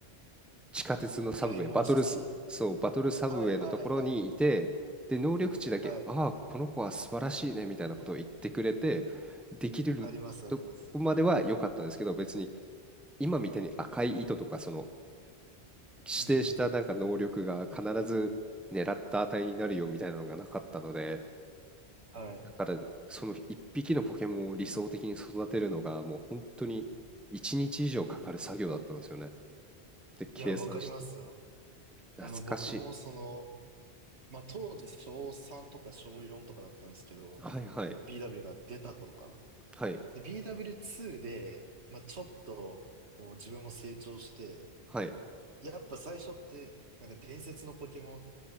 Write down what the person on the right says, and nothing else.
大門式。
はいはいはい。
はい。
あります、あります。
うんうん。はい。
いや、わかりますよ。
あの、僕もその、まあ、当時小3とか小4とかだったんですけど、
BW が出た頃かな。
で、BW2 で、まあ、ちょっと、こう、自分も成長して、
やっぱ最初って、なんか伝説のポケモン